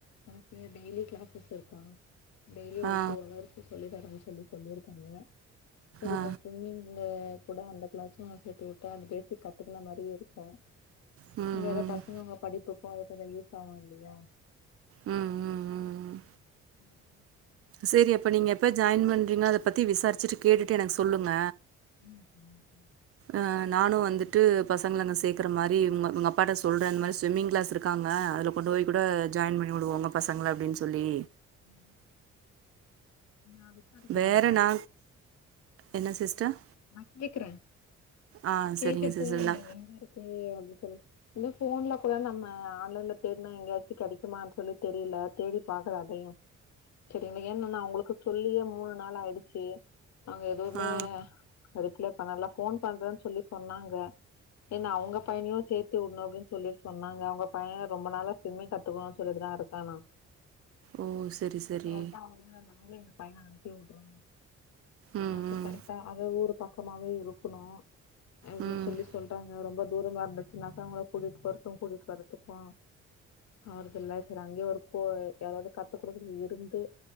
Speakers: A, on the left; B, on the right.
A: எனக்கு டெய்லி கிளாஸ் இருக்கு ஆ டெய்லி ஒரு
B: ஆ ஆ
A: டுஅவர்ஷ் சொல்லி தாங்கமீஷ் சொல்லி சொல்லிருக்காங்க செரி
B: ஆ
A: மிஸ் சொன்னிங்ளே கூட அந்த கிளாசு சேத்து விட்டா அது பேசிக் கத்துகென மாரியு இருக்கு
B: ம் ம்
A: இது வேற பசங்க அவுங்க படிப்புக்கு இதுல யுஸ் ஆவும் இல்லியா
B: உம் உம் உம்
A: உம்
B: சேரி அப்ப நீங்க எப்ப ஜாயின் பண்றீங்க அத பத்தி விசாரிச்சிட்டு கேட்டுட்டு எனக்கு சொல்லுங்க
A: உம்
B: அஹ நானு வந்துட்டு பசங்கள அங்க சேக்குற மாரி உங்க உங்க அப்பாட்டசொல்ற அந்த மாதிரி ஸ்விம்மிங் கிளாஸ் இருக்காங்க அதுல கொண்டு போய் கூட ஜாயின் பண்ணி விடுங்க பசங்கள அப்டின்னு சொல்லி
A: உம் நீ அதுசடுத்திலாங்களா
B: வேற நா என்ன சிஸ்டர்
A: நா கேக்குறே
B: ஆ
A: கேட்டுட்டு
B: சரிங்க சிஸ்டர் நா
A: எங்க இருக்கு அப ச் போன்ல கூட நம்ம ஆன்லைன்ல தேடினா எங்கையாச்சு கெடைக்குமா சொல்லி தெரியல தேடி பாக்கலா அதையு செரி ஏன்னன்னா அவுங்களுக்கு சொல்லியு மூணு நாள் ஆயிடுச்சு நாங்க எதுவுமே
B: ஆ
A: ரிப்ளே பண்ணல போன் பண்றேன்னு சொல்லி சொன்னாங்க ஏன்னா அவுங்க பையனையு சேத்து விடணு அப்புடின்னு சொல்லிட்டு சொன்னாங்க அவுங்க பையனை ரொம்ப நாளால ஸ்விம்மிங் கத்துக்குணு சொல்லிட்டுதா இருக்கானா
B: ஓ சரி சரி
A: சதா அவுங்க நம்ளே பையன அனுப்பிவுடுறோம்
B: ம்
A: அது கரட்டா அவ ஊரு பக்கமாவே இருக்குணு அப்டின்
B: ம் ம்
A: சொல்லி சொல்றாங்க ரொம்ப தூரமா இருந்துச்சுனாக்கா அவுங்கள கூட்டிட்டு போறதுக்கு கூட்டிட்டு வரதுக்கு அவர்தல்ல சரி அங்கே இருக்கு யாராவது கத்து குடுறது இருந்து